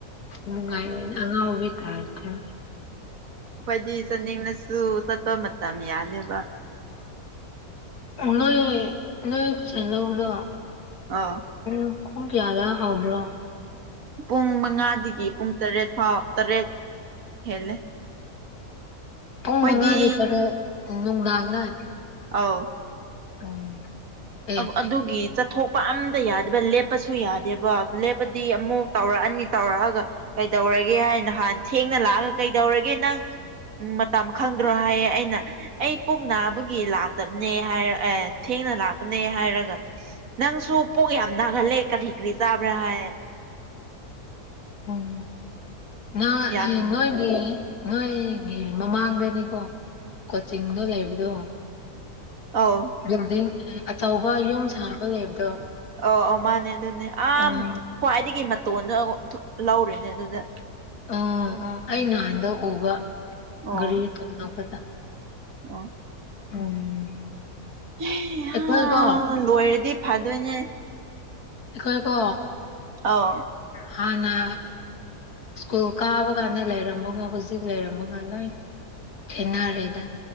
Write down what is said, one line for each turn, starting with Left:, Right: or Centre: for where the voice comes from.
Left: ꯅꯨꯡꯉꯥꯏꯔ‌ꯦ
Right: ꯎꯝ
Left: ꯑꯉꯥꯎꯕꯤ ꯇꯥꯗ
Right: ꯑꯩꯏꯗꯤ ꯆꯠꯅꯤꯡꯅꯁꯨ ꯆꯠꯄ ꯃꯇꯝ ꯌꯥꯅꯦꯕ
Left: ꯅꯣꯏ ꯅꯣꯏ ꯄꯩꯁꯥ ꯂꯧꯕꯗꯣ
Right: ꯑꯥ
Left: ꯎ ꯈꯣꯡ ꯀꯥꯌꯥꯗ ꯍꯥꯎꯕ꯭ꯔꯣ
Right: ꯄꯨꯡ ꯃꯉꯥꯗꯒꯤ ꯄꯨꯡ ꯇꯔꯦꯠ ꯐꯥꯎ ꯇꯔꯦꯠ ꯍꯦꯜꯂꯦ
Left: ꯄꯨꯡ
Right: ꯑꯩꯈꯣꯏꯗꯤ
Left: ꯃꯉꯥꯗꯤ ꯇꯔꯦꯠ ꯅꯨꯡꯗꯥꯡꯗ
Right: ꯑꯥꯎ
Left: ꯎꯝ ꯑꯦ
Right: ꯑꯕ ꯑꯗꯨꯒꯤ ꯆꯠꯊꯣꯛꯄ ꯑꯝꯇ ꯌꯥꯗꯦꯕ ꯂꯦꯞꯄꯁꯨ ꯌꯥꯗꯦꯕ ꯂꯦꯞꯄꯗꯤ ꯑꯃꯨꯛ ꯇꯧꯔꯛꯑꯅꯤ ꯇꯧꯔꯛꯑꯒ ꯀꯩꯗꯧꯔꯒꯦ ꯍꯥꯏꯅ ꯍꯥꯟ ꯊꯦꯡꯅ ꯂꯥꯛꯑꯒ ꯀꯩꯗꯧꯔꯒꯦ ꯅꯪ ꯎꯝ ꯃꯇꯝ ꯈꯪꯗ꯭ꯔꯣ ꯍꯥꯏꯌꯦ ꯑꯩꯅ ꯑꯩ ꯄꯨꯡ ꯅꯥꯕꯒꯤ ꯂꯥꯛꯇꯕꯅꯦ ꯍꯥꯏꯔ ꯑꯦ ꯊꯦꯡꯅ ꯂꯥꯛ ꯄꯅꯦ ꯍꯥꯏꯔꯒ ꯅꯪꯁꯨ ꯄꯣꯛ ꯌꯥꯝ ꯅꯥꯒꯜꯂꯦ ꯀꯔꯤ ꯀꯔꯤ ꯆꯥꯕ꯭ꯔꯥ ꯍꯥꯏ
Left: ꯎꯝ ꯅ
Right: ꯌꯥꯝ
Left: ꯅꯣꯏꯗꯤ ꯅꯣꯏꯒꯤ ꯃꯃꯥꯡꯗꯅꯤꯀꯣ ꯀꯣꯆꯤꯡꯗꯣ ꯂꯩꯕꯗꯣ
Right: ꯑꯧ
Left: ꯕꯤꯜꯗꯤꯡ ꯑꯆꯧꯕ ꯌꯨꯝ ꯁꯥꯕ ꯂꯩꯕꯗꯣ
Right: ꯑ ꯑꯧ ꯃꯥꯅꯦ ꯑꯗꯨꯅꯦ ꯑ
Left: ꯎꯝ
Right: ꯈ꯭ꯋꯥꯏꯗꯒꯤ ꯃꯇꯣꯟꯗ ꯂꯧꯔꯤꯅꯦ ꯑꯗꯨꯗ
Left: ꯑꯣ ꯑꯣ ꯑꯩ ꯅꯍꯥꯟꯗ ꯎꯕ
Right: ꯑꯣ
Left: ꯒꯥꯔꯤ ꯀꯪꯉꯥꯕꯗꯥ
Right: ꯑꯣ
Left: ꯎꯝ
Right: ꯍꯩꯍꯥ
Left: ꯑꯩꯈꯣꯏꯀꯣ
Right: ꯂꯣꯏꯔꯗꯤ ꯐꯗꯣꯏꯅꯦ
Left: ꯑꯩꯈꯣꯏ ꯀꯣ
Right: ꯑꯥꯎ
Left: ꯍꯟꯅ ꯁ꯭ꯀꯨꯜ ꯀꯥꯕ ꯀꯥꯟꯗ ꯂꯩꯔꯝꯃꯒ ꯍꯧꯖꯤꯛ ꯂꯩꯔꯝꯃꯒ ꯅꯣꯏ ꯊꯦꯅꯔꯔꯦꯗ